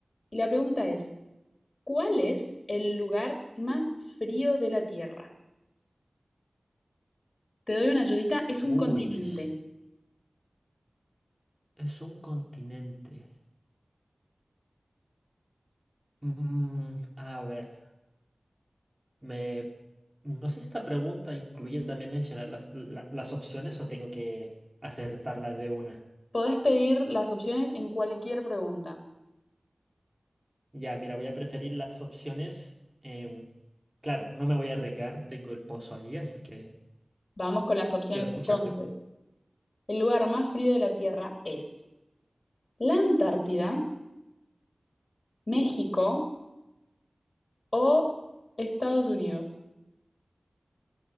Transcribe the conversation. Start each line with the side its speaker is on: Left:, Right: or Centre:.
Left: Y la pregunta es, ¿cuál es el lugar más frío de la Tierra? Te doy una ayudita, es
Right: Uy,
Left: un continente.
Right: es un continente. Mm, a ver, me, no sé si esta pregunta incluye también mencionar las, la- las opciones o tengo que acertarla de una.
Left: Podés pedir las opciones en cualquier pregunta.
Right: Ya, mira, voy a preferir las opciones. em, claro, no me voy a arriesgar, tengo el pozo allí, así que
Left: Vamos con las opciones
Right: quiero escucharte.
Left: entonces. El lugar más frío de la Tierra es la Antártida, México, o Estados Unidos.